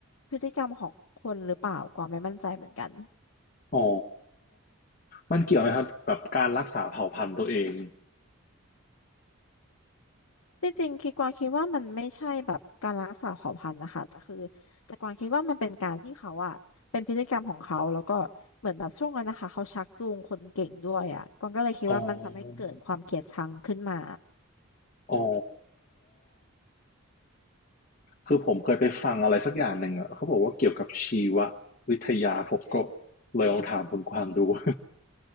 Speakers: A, on the left (about 85°); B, on the left (about 40°).
A: พฤติกรรมของคนหรือเปล่ากวางไม่มั่นใจเหมือนกัน
B: อ๋อมันเกี่ยวไหมครับกับการรักษาเผ่าพันธุ์ตัวเอง
A: จริงๆคิดกวางคิดว่ามันไม่ใช่แบบการรักษาเผ่าพันธุ์นะคะแต่คือแต่กวางคิดว่ามันเป็นการที่เขาอะเป็นพฤติกรรมของเขาแล้วก็เหมือนแบบช่วงนั้นนะคะเขาชักจูงคนเก่งด้วยอะกวางก็เลยคิดว่ามันทำให้เกิดความเกลียดชังขึ้นมา
B: อ๋อ อ๋อ คือผมเคยไปฟังอะไรสักอย่างหนึ่งอะเขาบอกว่าเกี่ยวกับชีววิทยาผมก็เลยลองถามคุณกวางดู <laughs>